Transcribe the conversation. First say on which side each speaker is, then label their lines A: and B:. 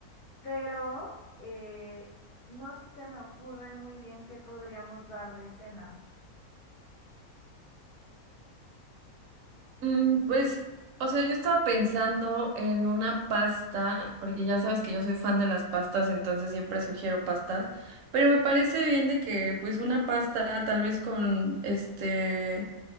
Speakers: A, on the left; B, on the right.
A: Pero eh, no se me ocurre muy bien qué podríamos dar de cena.
B: Mm, pues, o sea, yo estaba pensando en una pasta, porque ya sabes que yo soy fan de las pastas, entonces siempre sugiero pastas, pero me parece bien de que pues una pasta tal vez con este...